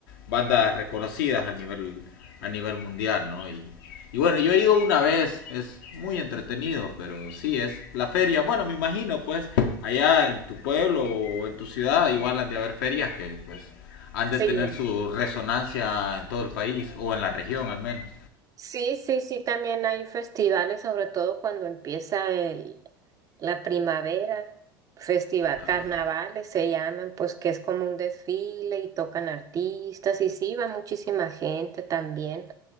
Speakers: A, on the left (about 65°); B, on the right (about 30°).
A: bandas reconocidas a nivel a nivel mundial, ¿no? Y, y bueno, yo he ido una vez, es muy entretenido, pero sí, es la feria. Bueno, me imagino, pues, allá en tu pueblo o en tu ciudad, igual han de haber ferias que, pues, han de
B: Sí,
A: tener su resonancia en todo el país, o en la región al menos.
B: sí, sí, sí, también hay festivales, sobre todo cuando empieza el, La primavera, festival,
A: Okay.
B: carnavales se llaman, pues que es como un desfile y tocan artistas y sí, va muchísima gente también.